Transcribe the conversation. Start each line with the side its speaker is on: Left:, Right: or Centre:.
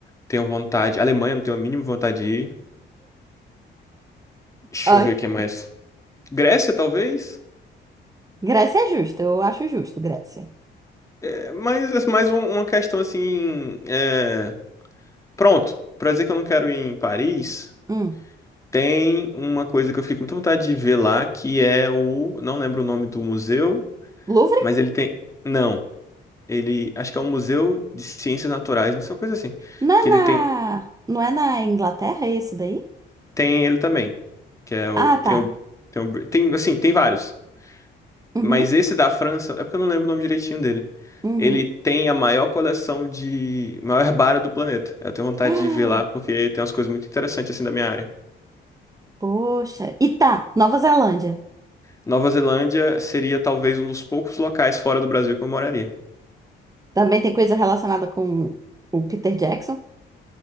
Left: tenho vontade. Alemanha, não tenho a mínima vontade de ir. Deixa
Right: Ok.
Left: eu ver o que mais. Grécia, talvez?
Right: Grécia é justo, eu acho justo, Grécia.
Left: É, mas é mais um- uma questão assim. é, Pronto, pra dizer que eu não quero ir em Paris,
Right: Hum.
Left: tem uma coisa que eu fico com muita vontade de ver lá, que é o. Não lembro o nome do museu,
Right: Louvre?
Left: mas ele tem. Não, ele. Acho que é um museu de ciências naturais, não sei, uma coisa assim.
Right: Não é
Left: Que ele
Right: na,
Left: tem
Right: não é na Inglaterra esse daí?
Left: Tem ele também, que é o
Right: Ah,
Left: tem
Right: tá.
Left: o tem, o, tem assim, tem vários,
Right: Uhum,
Left: mas esse da França, é porque eu não lembro o nome direitinho dele.
Right: uhum.
Left: Ele tem a maior coleção de maior herbário do planeta. Eu tenho vontade
Right: <gasps>
Left: de ver lá porque tem umas coisas muito interessantes assim da minha área.
Right: Poxa. E tá, Nova Zelândia.
Left: Nova Zelândia seria talvez um dos poucos locais fora do Brasil que eu moraria.
Right: Também tem coisa relacionada com o Peter Jackson?